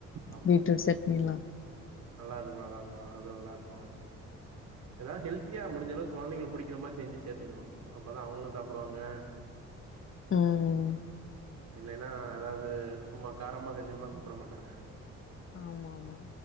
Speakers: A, on the right (about 65°); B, on the left (about 45°).
A: ஆமா
B: பீட்ரூட்
A: ஆமா
B: சட் னிலா
A: நல்லா இருக்கு நல்லா இருக்கு அது நல்லா இருக்கு எதா ஹெல்த்தியா முடிஞ்சளவு கொழந்தைகளுக்கு புடிக்கிற மாிரி செஞ்சு சேத்துக்கணு அப்பதா அவுங்களு சாப்டுவாங்க
B: ம்
A: இல்லைன்னா எதாவது சும்மா காரமா செஞ்சோம்னா சாப்ட மாட்டாங்க
B: ஆமா ஆம்